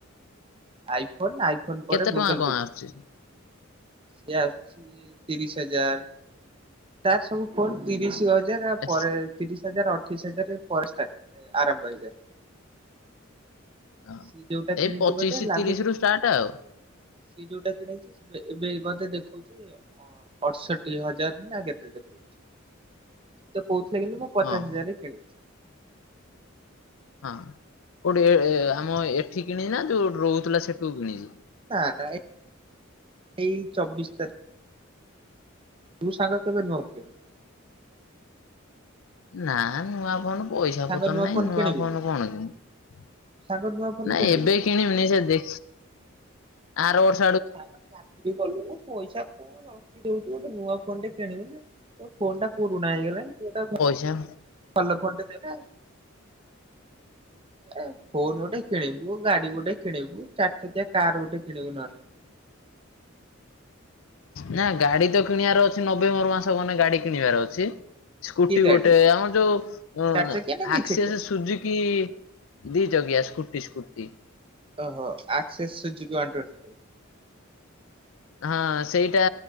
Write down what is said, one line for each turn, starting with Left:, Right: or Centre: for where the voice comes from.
Right: ଆଇଫୋନ୍ ନା ଆଇଫୋନ୍
Left: କେତେ
Right: ପରେ ଗୁଗଲ
Left: ଟଙ୍କା କଣ
Right: ପିକ୍ସେଲ?
Left: ଆସୁଛି?
Right: ସିଏ ଆସୁଛି ତିରିଶ ହଜାର ତାର ସବୁ ଫୋନ୍ ତିରିଶ ହଜାର
Left: ଏସ୍,
Right: ପରେ ତିରିଶ ହଜାର ଅଠେଇଶି ହଜାରେ ପରେ ଷ୍ଟାର୍ଟ ଏ ଆରମ୍ଭ ହେଇଯାଏ।
Left: ହଁ।
Right: ସି ଯୋଉଟା
Left: ଏଇ
Right: କିଣିଚି
Left: ପଚିଶ
Right: ବୋଧେ ଲାଗୁ
Left: ତିରିଶ ରୁ ଷ୍ଟାର୍ଟ ଆଉ
Right: ସେ ଯୋଉଟା କିଣେଇଚି ସେବେ ଏ ବେ ବୋଧେ ଦେଖଉଛି ଅ, ଅଡଷଟି ହଜାର ନା କେତେ ଦେଖଉ ତ କହୁଥିଲା କିନ୍ତୁ ମୁଁ ପଚାଶ
Left: ହଁ
Right: ହଜାର
Left: ହଁ
Right: ରେ କିଣିବି।
Left: ହଁ କୋଉଠି ଏ
Right: ହେଇଥିବ
Left: ଏ ଆମ
Right: କଣ
Left: ଏଠି କିଣିିଚି ନା ଯୋଉଠି ରହୁଥିଲା ସେଠୁ କିଣିଚି?
Right: ନା ନା ଏଇ ଚବିଶ ତାରି ତୁ ସାଙ୍ଗ କେବେ ନହନ କେବେ।
Left: ନା ନୂଆ ଫୋନ୍ ପଇସା
Right: ତୁ ସାଙ୍ଗ
Left: ପତ୍ର ନାଇଁ
Right: ଫୋନ
Left: ନୂଆ
Right: କିଣିବୁନି
Left: ଫୋନ୍
Right: ତୁ
Left: କଣ କିଣିବୁ।
Right: ସାଙ୍ଗ ନୂଆ ଫୋନ
Left: ନାଇଁ
Right: କିଣିବୁନି
Left: ଏବେ କିଣିମିନି ସେ ଦେ ଆର ବର
Right: ତ ସାଙ୍ଗ ଚାକିରି କଲୁଣୁ। ପଇସା କଣ ରଖି ଦେଉଚୁ ଗୋଟେ ନୂଆ ଫୋନ୍ ଟେ କିଣିବୁ ନା। ତ ଫୋନ୍ ଟା ପୁରୁଣା ହେଇଗଲାଣି ସେଟା କ
Left: ଯାହା
Right: ଭଲ ଫୋନ୍ ଟେ ନେଲା। ଏ ଫୋନ୍ ଗୋଟେ କିଣିବୁ, ଗାଡି ଗୋଟେ କିଣିବୁ, ଚାରିଚକିଆ କାର ଗୋଟେ କିଣିବୁ ନହଲେ।
Left: ନା ଗାଡି ତ କିଣିବାର ଅଛି ନଭେମ୍ବର ମାସ ମାନେ ଗାଡି କିଣିବାର ଅଛି। ସ୍କୁଟି
Right: କି ଗାଡି
Left: ଗୋଟେ, ଆମର ଯୋଉ ଅ-
Right: ଚାରି ଚକିଆ ନା ଦି
Left: ଆକ୍ସେସ
Right: ଚକିଆ
Left: ସୁଜୁକୀ ଦି ଚକିଆ ସ୍କୁଟି ସ୍କୁଟି।
Right: ଓହୋ ଆକ୍ସେସ୍ ସୁଜୁକୀ ୱାନ ଟ୍ବେଣ୍ଟି।
Left: ହଁ ସେଇଟା